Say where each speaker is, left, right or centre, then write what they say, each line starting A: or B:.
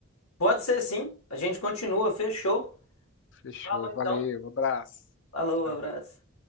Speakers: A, on the left; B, on the left.
A: Pode ser sim. A gente continua, fechou.
B: Fechou,
A: Falou então.
B: valeu, abraço.
A: Falou,
B: Tchau.
A: abraço.